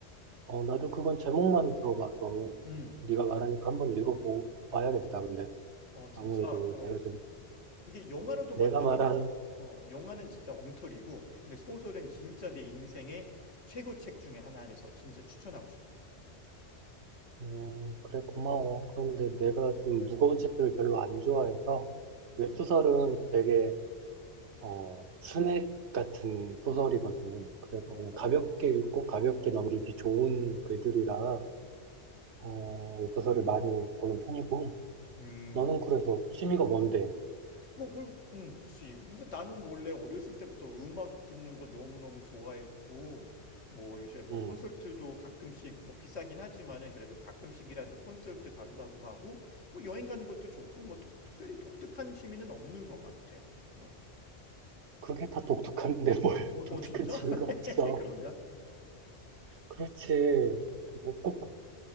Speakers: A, on the right; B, on the left.
A: 어, 나도 그건 제목만 들어봐서
B: 음.
A: 네가 말하니까 한번 읽어봐야겠다. 근데
B: 어, 진짜
A: 아무래도
B: 어
A: 내가 좀
B: 그게 영화로도 만들긴
A: 내가 말한
B: 했는데 어, 영화는 진짜 엉터리고 근데 소설은 진짜 내 인생의 최고 책 중에 하나라서 진짜 추천하고 싶어.
A: 음, 그래 고마워. 그런데 내가 좀 무거운 책들을 별로 안 좋아해서 웹소설은
B: 그렇구나.
A: 되게 어, 스낵 같은 소설이거든. 그래서
B: 오.
A: 그냥 가볍게 읽고 가볍게 넘기기 좋은 글들이라 어, 웹소설을 많이 보는 편이고
B: 음.
A: 너는 그래서 취미가 뭔데?
B: 뭐, 그, 음, 그치. 무슨 나는 원래 어렸을 때부터 음악 듣는 거 너무너무 좋아했고, 뭐 이제 뭐
A: 음,
B: 콘서트도 가끔씩 뭐 비싸긴 하지만은 그래도 가끔씩이라도 콘서트 가려고 하고, 뭐 여행 가는 것도 좋고, 뭐 독- 특별히 독특한 취미는 없는 것 같아. 응.
A: 그게 다 독특한데 뭘
B: 어,
A: <laughs>
B: 어,
A: 독특한
B: 진짜?
A: 취미가
B: <laughs>
A: 없어.
B: 그런가?
A: 그렇지. 뭐꼭